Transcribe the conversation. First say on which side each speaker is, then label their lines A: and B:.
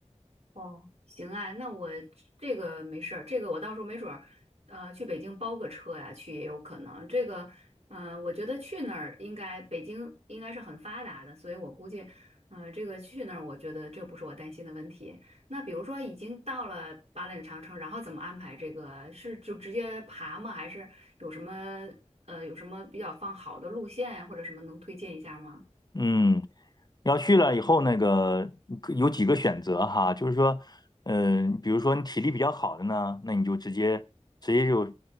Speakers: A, on the right; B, on the left.
A: 哦，行啊，那我这个没事儿，这个我到时候没准儿，呃，去北京包个车呀，去也有可能。这个，呃，我觉得去那儿应该北京应该是很发达的，所以我估计，嗯，这个去那儿，我觉得这不是我担心的问题。那比如说已经到了八岭长城，然后怎么安排这个？是就直接爬吗？还是有什么呃有什么比较放好的路线呀，或者什么能推荐一下吗？
B: 嗯，要去了以后，那个可有几个选择哈，就是说，嗯、比如说你体力比较好的呢，那你就直接直接就